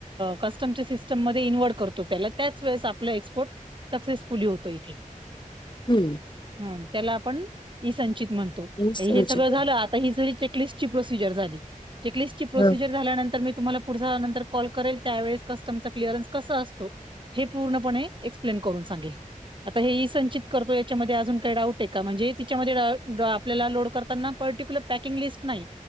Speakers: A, on the right (about 35°); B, on the left (about 35°).
A: कस्टमच्या सिस्टममध्ये इनवर्ट करतो त्याला. त्याच वेळेस आपला एक्सपोर्ट सक्सेसफुली होतो. इथे
B: हम्म.
A: हम त्याला आपण इ संंचित म्हणतो
B: मी समजेल.
A: हे सगळं झालं आ ही चेकलिस्ट ची प्रोसिजर झाली. चेकलिस्ट ची प्रोसिजर
B: हं,
A: झाल्यानंतर मी तुम्हाला पुढ नंतर कॉल करेल त्यावेळेस कस्टमचा कलिअरनस कस असतो. हे पूर्णपणे एक्सप्लेन करून सांगेल. आता हे संचित करतोय त्याच्या मध्ये अजून काही डाऊट आहे का, म्हणजे तिच्या आपल्याला लोड करताना पर्टिक्युलर पॅकिंग लिस्ट नाही